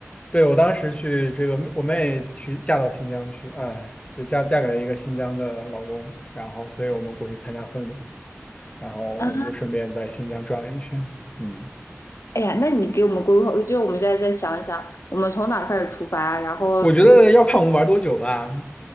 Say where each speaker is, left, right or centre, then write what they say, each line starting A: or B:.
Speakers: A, on the left; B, on the left.
A: 对我当时去这个，我妹去嫁到新疆去，哎，对，嫁嫁给了一个新疆的老公，然后所以我们过去参加婚礼，然后我们就顺便在新疆转了一圈。
B: 啊，
A: 嗯，
B: 哎呀，那你给我们规划，就是我们再再想一想，我们从哪儿开始出发，然后路。
A: 我觉得要看我们玩多久吧。